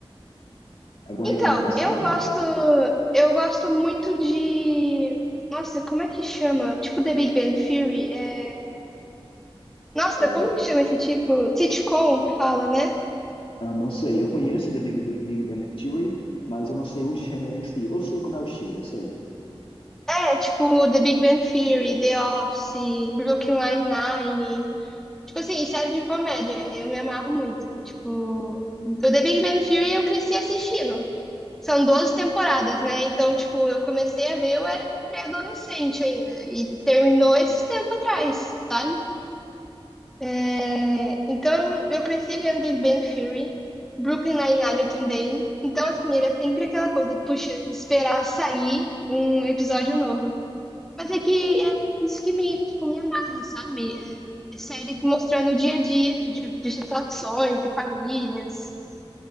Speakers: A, on the left; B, in the centre.
A: Alguma
B: Então,
A: recomendação?
B: eu gosto, eu gosto muito de, nossa, como é que chama? Tipo The Big Bang Theory, é... Nossa,
A: É,
B: como que chama esse tipo? Sitcom, fala, né?
A: ah, não sei. Eu conheço The Big, Big Bang Theory, mas eu não sei o <laughs> gênero em si. Eu sei como é o estilo, eu sei.
B: É, tipo The Big Bang Theory, The Office, Brooklyn Nine-Nine. Tipo assim, série de comédia, eu me amarro muito. Tipo, o The Big Bang Theory eu cresci assistindo. São 12 temporadas, né? Então, tipo, eu comecei a ver, eu era pré-adolescente ainda. E terminou esses tempos atrás, sabe? É, então, eu cresci vendo Ben Fury, Brooklyn Nine-Nine também. Então, assim, era sempre aquela coisa, puxa, esperar sair um episódio novo. Mas é que é isso que me, tipo, me amarra, sabe? É, é série mostrando o dia a dia de, de situações, de famílias.